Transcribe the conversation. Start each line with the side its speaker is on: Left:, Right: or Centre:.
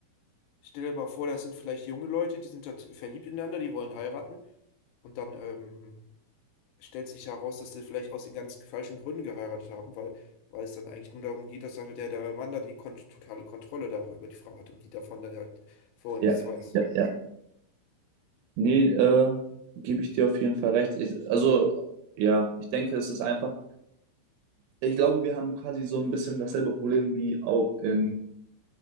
Left: Stell dir mal vor, das sind vielleicht junge Leute, die sind dort verliebt ineinander, die wollen heiraten. Und dann ähm, stellt sich heraus, dass die vielleicht aus den ganz falschen Gründen geheiratet haben, weil, weil es dann eigentlich nur darum geht, dass dann halt der, der Mann da die kon totale Kontrolle darüber die Frau hat und die davon dann halt vorher
Right: ja,
Left: nichts weiß.
Right: ja, ja. Nee, äh, gebe ich dir auf jeden Fall recht. Ich, also, ja, ich denke, es ist einfach ich glaube, wir haben quasi so ein bisschen dasselbe Problem wie auch in,